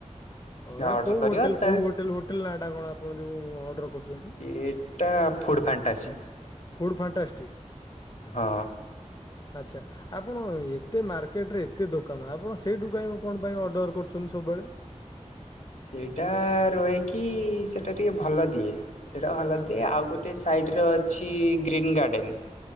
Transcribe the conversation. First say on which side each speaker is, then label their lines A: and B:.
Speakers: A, on the left (about 35°); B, on the left (about 80°).
A: ହ ଏଟା
B: ଅର୍ଡ଼ର
A: କୋଉ
B: କରିବା
A: ହୋଟେଲ
B: ତା
A: କୋଉ ହୋଟେଲ ହୋଟେଲ ନା ଟା କଣ ଆପଣ ଯୋଉ ଅର୍ଡର କରୁଛନ୍ତି?
B: ଏଟା ଫୁଡ଼୍ ଫାଣ୍ଟାସି।
A: ଫୁଡ଼୍ ଫାଣ୍ଟାଷ୍ଟଟି।
B: ହଁ।
A: ଆଚ୍ଛା ଆପଣ ଏତେ ମାର୍କେଟ ରେ ଏତେ ଦୋକାନ ଆପଣ ସେଇ କାଇଁ କଣ ପାଇଁ ଅର୍ଡର କରୁ? ଛନ୍ତି ସବୁବେଳେ।
B: ସେଇଟା ରୁହେକି ସେଟା ଟିକେ ଭଲ ଦିଏ। ସେଇଟା ଭଲ
A: ଆଚ୍ଛା।
B: ଦି ଆଉ ଗୋଟେ ସାଇଡ ଅଛି, ଗ୍ରୀନ୍ ଗାର୍ଡେନ